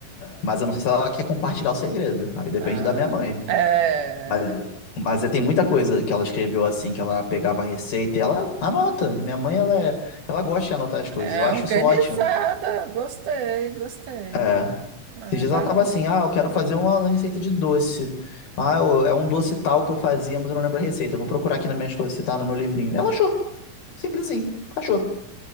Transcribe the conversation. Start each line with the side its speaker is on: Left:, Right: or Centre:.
Left: mas eu não sei se ela quer compartilhar o segredo. Aí depende
Right: Ah,
Left: da minha mãe.
Right: é,
Left: Mas, mas é tem muita coisa que ela escreveu assim, que ela pegava a receita e ela anota. Minha mãe, ela, é- ela gosta de anotar as coisas.
Right: é
Left: Eu acho
Right: organizada.
Left: isso ótimo.
Right: Gostei, gostei.
Left: É.
Right: Ah,
Left: Esses dias
Right: É bacana.
Left: ela tava assim, ah, eu quero fazer uma receita de doce. Ah, eu- é um doce tal que eu fazia, mas eu não lembro a receita. Eu Vou procurar aqui nas minhas coisas se tá no meu livrinho. Ela achou. Simples assim, achou.